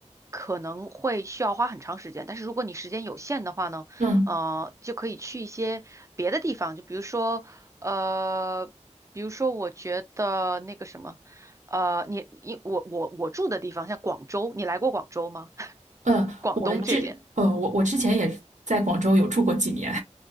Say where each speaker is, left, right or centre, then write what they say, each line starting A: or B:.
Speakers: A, on the right (about 25°); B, on the right (about 80°).
A: 可能会需要花很长时间。但是如果你时间有限的话呢，
B: 嗯
A: 呃，就可以去一些别的地方，就比如说，呃，比如说我觉得那个什么，呃，你你我我我住的地方像广州，你来过广州吗？<laughs>
B: 嗯，
A: 广东这边。
B: 我这呃，我我之前也在广州有住过几年，